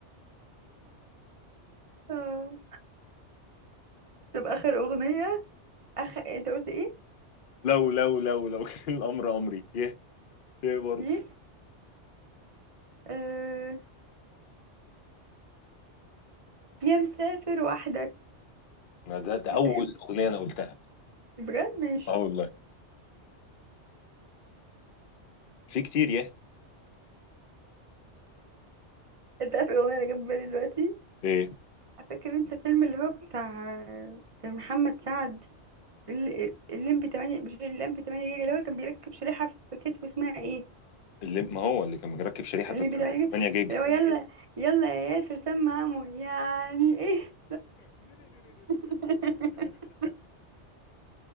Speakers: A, on the right; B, on the left.
A: آه. طب آخر أغنية أخ... أنت قلت إيه؟
B: لو لو لو لو كان الامر امري يه يه برضو
A: ليه؟ آه... يا مسافر وحدك
B: ما ده, ده
A: وسايب
B: اول اغنيه انا قلتها
A: بجد ماشي
B: اه والله في كتير يه
A: أنت عارف الأغنية اللي جت في بالي دلوقتي؟
B: ايه
A: فاكر أنت الفيلم اللي هو بتاع آه، محمد سعد ال- الليمبي 8 مش الليمبي 8 جيجا اللي هو كان بيركب شريحة في كتفه اسمها ايه
B: اللي ما هو اللي كان مركب شريحه
A: الليمبي
B: في
A: 8 جيجا
B: 8 جيجا
A: اللي هو يلا يلا يا ياسر سمع عمو يعني ايه <laughs>